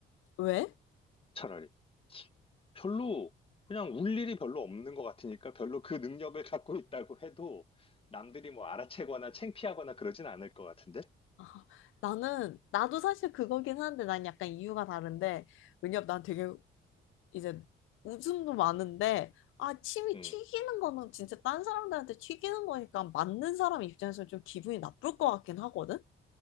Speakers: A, on the left (about 85°); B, on the left (about 25°).
A: 왜?
B: 차라리. 별로, 그냥 울 일이 별로 없는 것 같으니까 별로 그 능력을 갖고 있다고 해도 남들이 뭐 알아채거나 창피하거나 그러진 않을 것 같은데?
A: 아, 나는, 나도 사실 그거긴 한데 난 약간 이유가 다른데, 왜냐면 난 되게 이제 웃음도 많은데, 아, 침이
B: 음,
A: 튀기는 거는 진짜 딴 사람들한테 튀기는 거니까 맞는 사람 입장에서 좀 기분이 나쁠 것 같긴 하거든?